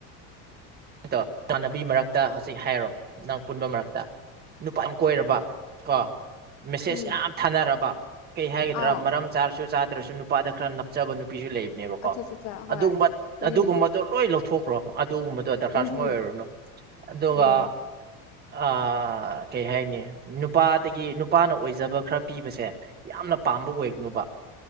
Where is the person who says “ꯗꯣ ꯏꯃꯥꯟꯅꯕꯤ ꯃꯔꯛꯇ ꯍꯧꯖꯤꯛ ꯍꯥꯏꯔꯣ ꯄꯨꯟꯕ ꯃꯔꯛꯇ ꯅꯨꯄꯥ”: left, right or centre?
Right